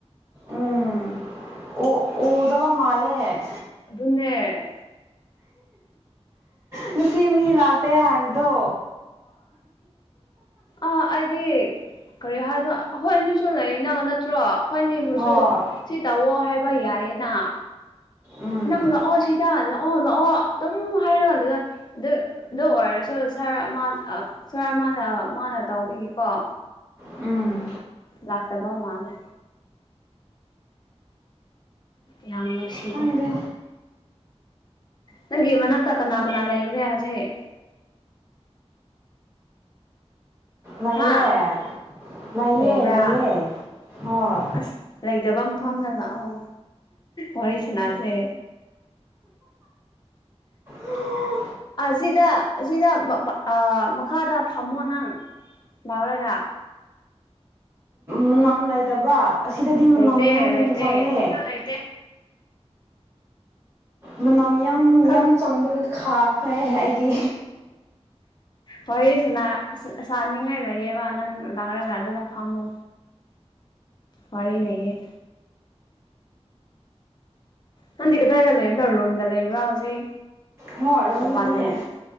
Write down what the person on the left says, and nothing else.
ꯑꯗꯨꯅꯦ
ꯑ ꯑꯩꯗꯤ ꯀꯔꯤ ꯍꯥꯏꯅꯣ ꯑꯩꯈꯣꯏ ꯑꯅꯤꯁꯨ ꯂꯩꯔꯤꯅꯒ ꯅꯠꯇ꯭ꯔꯣ ꯑꯩꯈꯣꯏ ꯑꯅꯤꯕꯨꯁꯨ
ꯁꯤ ꯇꯧꯑꯣ ꯍꯥꯏꯕ ꯌꯥꯏꯌꯦꯅ
ꯅꯪ ꯂꯥꯛꯑꯣ ꯁꯤꯗ ꯂꯥꯛꯑꯣ ꯑꯣ ꯂꯥꯛꯑꯣ ꯑꯗꯨꯝ ꯍꯥꯏꯔꯀꯥꯟ ꯑꯗꯨꯗ ꯑꯗꯨ ꯑꯗꯨ ꯑꯣꯏꯔꯁꯨ ꯁꯥꯔ ꯁꯥꯔ ꯃꯥꯅ ꯃꯥꯅ ꯇꯧꯕꯤꯒꯀꯣ
ꯂꯥꯛꯇꯕ ꯃꯥꯅꯦ ꯌꯥꯝ ꯅꯨꯡꯁꯤꯖꯦ
ꯅꯪꯒꯤ ꯃꯅꯥꯛꯇ ꯀꯅꯥ ꯀꯅꯥ ꯂꯩꯕꯒꯦ ꯍꯧꯖꯤꯛ
ꯍꯥ
ꯂꯩꯕ꯭ꯔꯥ
ꯑꯁ ꯂꯩꯇꯕ ꯃꯐꯝꯗ ꯂꯥꯛꯑꯣ ꯋꯥꯔꯤ ꯁꯥꯅꯥꯁꯦ
ꯁꯤꯗ ꯑꯁꯤꯗ ꯃꯈꯥꯗ ꯐꯝꯃꯣ ꯅꯪ ꯂꯕꯂꯒ
ꯂꯩꯇꯦ
ꯂꯩꯇꯦ
ꯁꯤꯗ ꯂꯩꯇꯦ
ꯈꯪ
ꯍꯁꯤꯅ ꯆꯥꯅꯤꯡꯉꯥꯏ ꯂꯩꯌꯦꯕ ꯅꯪ ꯂꯥꯛꯂꯒ ꯑꯗꯨꯗ ꯐꯝꯃꯨ ꯋꯥꯔꯤ ꯂꯩꯑꯦ ꯅꯪꯗꯤ ꯀꯗꯥꯏꯗ ꯂꯩꯕꯅꯣ ꯔꯣꯝꯗ ꯂꯩꯕ꯭ꯔꯥ ꯍꯧꯖꯤꯛ
ꯃꯄꯥꯟꯗ ꯂꯩ